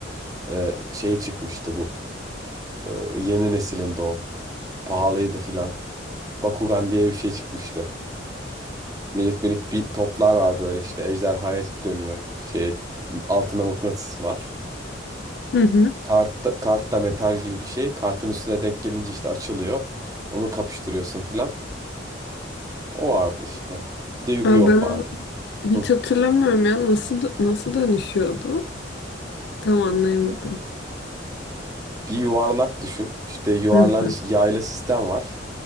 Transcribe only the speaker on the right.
e, şey çıkmıştı bu. E, yeni nesilinde o. Pahalıydı filan. Bakugan diye bir şey çıkmıştı. Minik minik bir toplar var böyle işte. Ejderhaya dönüyor. Şey altına mıknatıs var.
Kart da, kart da metal gibi bir şey. Kartın üstüne denk gelince işte açılıyor. Onu kapıştırıyorsun filan. O vardı işte. Bir de Yu-Gi-Oh
vardı.
Hı.
Bir yuvarlak düşün. İşte yuvarlan
yaylı sistem var.